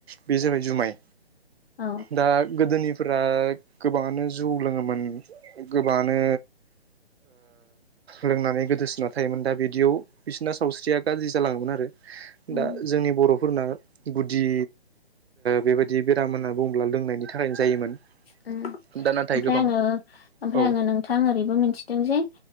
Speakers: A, on the right; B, on the left.
A: बे जाबाय जुमाय।
B: औ
A: दा गोदोनि फोर गोबाङानो जौ लोङोमोन गोबाङानो लोंनानै गोदोसिोना थायोमोन दा बिदियाव बिसोरना सावस्रिया गाज्रि जालाङोमोन आरो
B: उम
A: दा जोंनि बर' फोरना गुदि बेबायदि बेराम होननानै बुङोब्ला लोंनायनि होयोमोन
B: उम
A: दा नाथाय
B: ओमफ्राय
A: गोबां
B: आङो ओमफ्राय
A: औ
B: आङो नोंथां ओरैबो मिथिदों जे